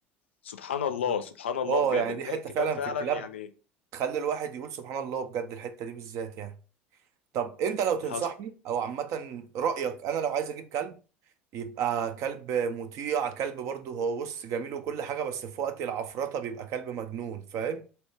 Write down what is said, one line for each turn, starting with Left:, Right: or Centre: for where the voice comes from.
Left: سبحان الله
Right: بالظبط
Left: سبحان الله
Right: أه
Left: بجد
Right: يعني دي
Left: تلاقي
Right: حتة
Left: الكلاب
Right: فعلا
Left: فعلا
Right: في الكلاب
Left: يعني
Right: تخلي الواحد يقول سبحان الله بجد الحتة دي بالذات يعني طب انت لو تنصحني
Left: حصل
Right: او عامه رايك انا لو عايز اجيب كلب يبقى كلب مطيع كلب برضه هو بص جميل وكل حاجه بس في وقت العفرطه بيبقى كلب مجنون فاهم